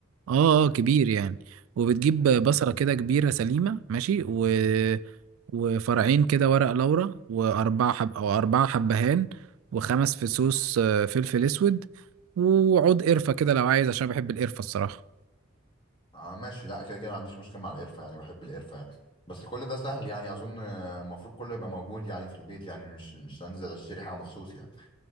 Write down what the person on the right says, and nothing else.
آه آه، كبير يعني وبتجيب
بصلة كده كبيرة سليمة ماشي و... وفرعين كده ورق لورا وأربعة حب أو أربعة حبهان وخمس فصوص آه، فلفل أسود وعود قرفة كده لو عايز عشان بحب القرفة الصراحة